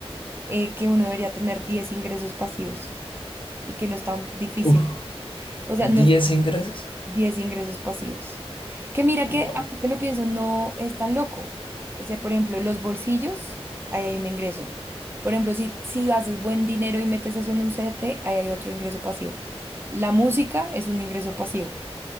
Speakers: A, on the right; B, on the left.
A: eh, que uno debería tener 10 ingresos pasivos y que no es tan difícil.
B: Uf.
A: O sea,
B: ¿10
A: no es,
B: ingresos?
A: 10 ingresos pasivos. Que mira
B: Guau.
A: que, ahora que lo pienso, no es tan loco. O sea, por ejemplo, los bolsillos, ahí hay un ingreso. Por ejemplo, si, si haces buen dinero y metes eso en un CDT, ahí hay otro ingreso pasivo. La música es un ingreso pasivo.